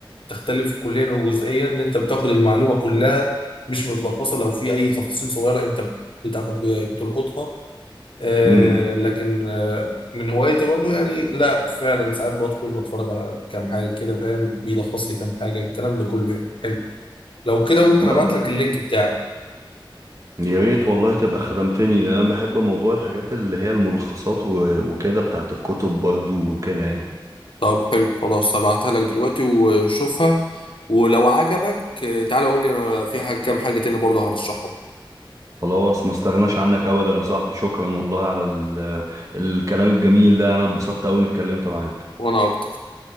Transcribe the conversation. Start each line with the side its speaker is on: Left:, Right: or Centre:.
Left: تختلف كليا وجزئيا ان انت بتاخد المعلومه كلها مش متلخصه لو في اي تفاصيل صغيره انت بتاخد بتلقطها آه
Right: امم
Left: لكن آه من هوايتي برضو يعني لا فعلا ساعات بدخل بتفرج على كام حاجه كده فاهم بيلخص لي كام حاجه الكلام ده كله يعني حلو لو كده ممكن
Right: لا
Left: ابعت
Right: ب...
Left: لك اللينك بتاعي
Right: يا ريت والله تبقى خدمتني لان انا بحب موضوع الحاجات اللي هي الملخصات و... وكده بتاعت الكتب برضو وكده يعني
Left: طب حلو خلاص هبعتها لك دلوقتي وشوفها ولو عجبك آه، تعالى قول لي انا في حاجه كام حاجه تاني برضه هرشحهم
Right: خلاص ما استغناش عنك ابدا يا صاحبي شكرا والله على ال... الكلام الجميل ده انا اتبسطت قوي اني اتكلمت معاك
Left: وانا